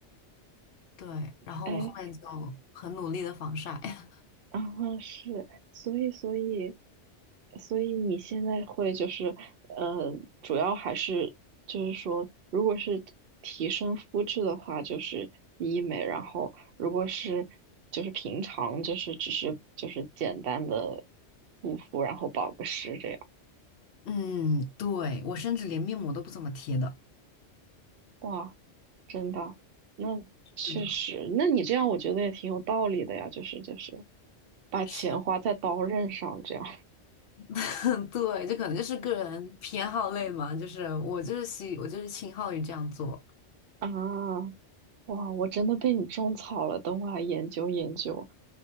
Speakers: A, on the left; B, on the right.
A: 对。然后我后面就很努力的防晒。
B: 哎，
A: <laughs>
B: 嗯哼，是，所以，所以，所以你现在会就是，呃，主要还是就是说，如果是提升肤质的话，就是医美，然后如果是就是平常就是只是就是简单的护肤，然后保个湿这样。
A: 嗯，对，我甚至连面膜都不怎么贴的。
B: 哇，真的，那确实，
A: 是的。
B: 那你这样我觉得也挺有道理的呀，就是就是把钱花在刀刃上这样
A: 是，<laughs> 对，这可能就是个人偏好类嘛，就是我就是喜，我就是倾好于这样做。
B: <laughs> 啊。哇，我真的被你种草了，等我来研究研究。